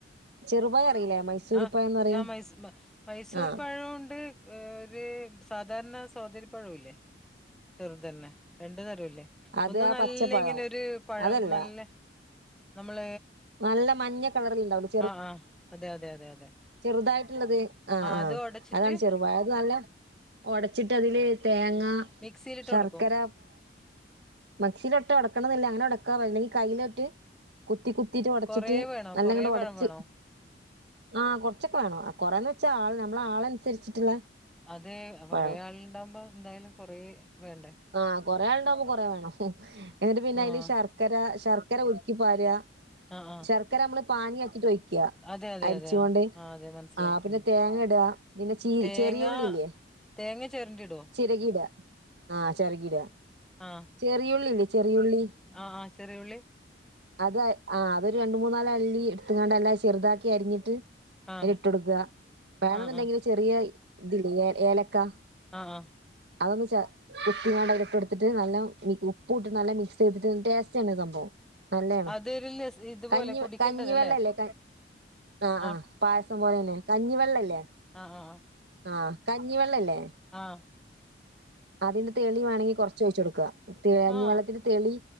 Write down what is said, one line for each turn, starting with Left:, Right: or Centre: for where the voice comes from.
Right: ചെറുപയം അറിയില്ലേ മൈസൂരിപ്പഴംന്ന്
Centre: ആഹ്
Right: പറയും
Centre: ഞാ മൈസ മൈസൂർ
Right: ആഹ്
Centre: പഴോണ്ട് ഒരു സാധാരണ സോതാരി പഴവുല്ലേ ചെറുതന്നെ രണ്ടു തരല്ലേ
Right: അത്
Centre: ഒന്ന്
Right: ആ
Centre: നല്ല
Right: പച്ചപ്പഴം
Centre: ഇങ്ങനെ ഒരു പഴം
Right: അതല്ല
Centre: നല്ല നമ്മള
Right: നല്ല മഞ്ഞ കളറൽണ്ടാവുലെ
Centre: ആഹ് ആഹ് അതെ അതെ അതെ അതെ.
Right: ചെറുതായിട്ടുള്ളത് ആഹ് ആഹ്
Centre: അത് ഒടച്ചിട്ട്
Right: അതാണ് ചെറുപഴം അത് നല്ല ഒടച്ചിട്ട് അതില് തേങ്ങ
Centre: മിക്സിയിലിട്ട്
Right: ശർക്കര
Centre: ഒടക്കും
Right: മക്ഷലിട്ട് ഒടക്കണന്നില്ല അങ്ങനെ ഒടക്കാ അല്ലെങ്കിൽ കയിലേറ്റ് കുത്തി കു ത്തിട്ടു ഉടച്ചിട്ട്
Centre: കൊറേ വേണോ
Right: നല്ലങ്ങാട്ട്
Centre: കൊറേ
Right: ഒടച്ച്
Centre: പഴം വേണോ
Right: ആഹ് കൊറച്ചൊക്കെ വേണം കൊറെന്ന് വെച്ചാ ആൾ നമ്മള ആളനുസരിച്ചിട്ടുള്ള
Centre: അത് കൊറെേ
Right: പഴം
Centre: ആളുണ്ടാവുമ്പോ എന്തായാലും കൊറ വേണ്ടേ
Right: ആഹ് കൊറെ ആൾണ്ടാവുമ്പോ കൊറെേ വേണം എന്നിട്ട് പിന്നെ
Centre: ആഹ്
Right: അതില് ശർക്കര ശർക്കര ഉരുക്കിപ്പാര
Centre: ആഹ് ആഹ്
Right: ശർക്കര നമ്മള് പാനിയക്കിട്ട് ഒഴി ക്കാ
Centre: അതെ അതെ
Right: അരിച്ചുകൊണ്ട്
Centre: അതെ ആഹ് ആഹ് അതെ മനസ്സിലായി
Right: ആ പിന്നെ
Centre: ഉം
Right: തേങ്ങ ഇടാ പിന്നെ ചി
Centre: തേങ്ങ
Right: ചെറിയ ഉള്ളില്ലേ
Centre: തേങ്ങ ചേരണ്ടി ഇടോ
Right: ചിരകിടാ ആഹ് ചേരകിടാ
Centre: ആഹ്
Right: ചെറിയുള്ളില്ലേ ചെറിയുള്ളി
Centre: ആഹ് ആഹ് ചെറിയുള്ളി
Right: അത് ആ അതൊരു രണ്ടു മൂന്നലാല്ലി എടുത്താണ്ട് എല്ലാം ചെറുതാക്കി അരിഞ്ഞിട്ട്
Centre: ആഹ്
Right: അയിൽ ഇട്ടൊടുക്ക വേണെന്നുണ്ടെങ്കില്
Centre: ആഹ് ആഹ്
Right: ചെറിയ ഇതില്ലേ ഏ ഏലക്കാ
Centre: ആഹ് ആഹ്
Right: അതൊന്ന് ച കുപ്പിങ്ങാണ്ട അതിലേക്ക് എടുത്തിട്ട് നല്ലോം ഉ ഉപ്പൂട്ട് നല്ല മിക്സ് ചെയ്തിട്ട് ടേസ്റ്റ് ആണ് സംഭവം നല്ലാണ്
Centre: അതൊരു ലസ് ഇതുപോലെ
Right: കഞ്ഞിവെ
Centre: കുടിക്കേണ്ടതല്ലേ
Right: കഞ്ഞിവെള്ളല്ലേ കഞ് ആഹ്
Centre: ആ
Right: ആഹ് പായസം പോലെ തന്നെ കഞ്ഞിവെള്ളല്ലേ
Centre: ആഹ് ആഹ് ആഹ്
Right: ആഹ് കഞ്ഞിവെള്ളല്ലേ
Centre: ആഹ്
Right: അതിന്റെ തെളി വേണങ്കി കൊറച്ച് ഒഴിച്ചൊട്ക തേഞ്
Centre: ആ
Right: വെള്ളത്തിന്റെ തെളി